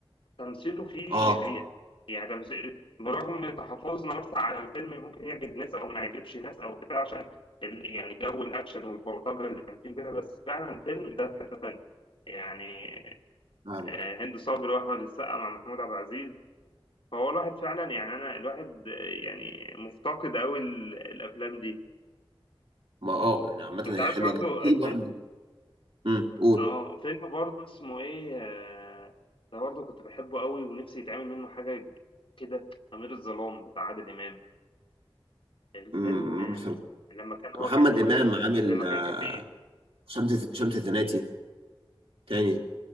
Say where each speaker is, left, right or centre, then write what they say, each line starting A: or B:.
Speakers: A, on the left (about 65°); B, on the right (about 75°).
A: تمثيله فيه
B: اه
A: غير يعني تمثيل برغم تحفظنا مثلا على الفيلم ممكن يعجب ناس او ما يعجبش ناس او بتاع عشان ال... يعني جو الاكشن والبلطجه اللي كان فيه كده بس فعلا الفيلم ده في حته تانيه يعني
B: فاهمك
A: آه، هند صبري واحمد السقا مع محمود عبد العزيز فهو الواحد فعلا يعني انا الواحد آه، يعني مفتقد قوي الافلام دي
B: ما اه يعني عامة
A: انت
B: هي
A: عارف
B: حلوة
A: برضه
B: جدا في برضه
A: فيلم
B: امم قول
A: اه فيلم برضه اسمه ايه آه، ده برضه كنت بحبه قوي ونفسي يتعمل منه حاجه كده امير الظلام بتاع عادل امام الفيلم
B: امم مثلا
A: لما كان هو
B: محمد
A: كان كف...
B: إمام عامل
A: لما
B: آه،
A: كان كفيف
B: شمس شمس الزناتي تاني